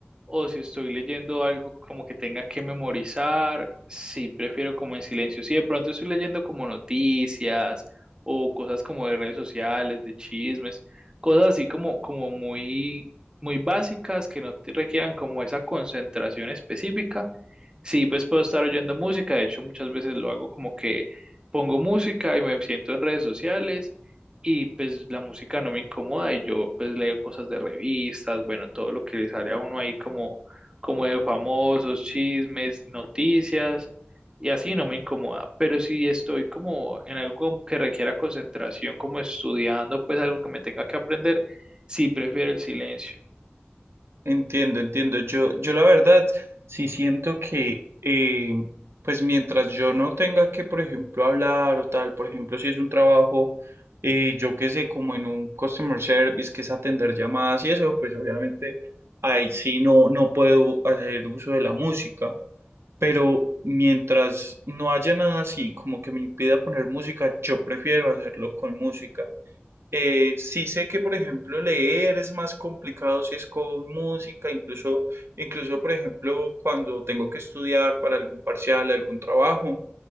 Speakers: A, on the right (about 20°); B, on the right (about 80°).
A: o si estoy leyendo algo como que tenga que memorizar, sí prefiero como en silencio. Si de pronto estoy leyendo como noticias o cosas como de redes sociales, de chismes, cosas así como, como muy, muy básicas que no te requieran como esa concentración específica Sí, pues puedo estar oyendo música, de hecho muchas veces lo hago como que pongo música y me siento en redes sociales y pues la música no me incomoda y yo pues leo cosas de revistas, bueno, todo lo que le sale a uno ahí como, como de famosos, chismes, noticias y así no me incomoda, pero si estoy como en algo que requiera concentración, como estudiando, pues algo que me tenga que aprender Sí, prefiero el silencio.
B: Entiendo, entiendo. Yo, yo la verdad sí siento que, eh, pues mientras yo no tenga que, por ejemplo, hablar o tal, por ejemplo, si es un trabajo, eh, yo qué sé, como en un customer service, que es atender llamadas y eso, pues obviamente ahí sí no, no puedo hacer uso de la música. Pero mientras no haya nada así como que me impida poner música, yo prefiero hacerlo con música. Eh, sí sé que, por ejemplo, leer es más complicado si es con música, incluso, incluso, por ejemplo, cuando tengo que estudiar para algún parcial, algún trabajo,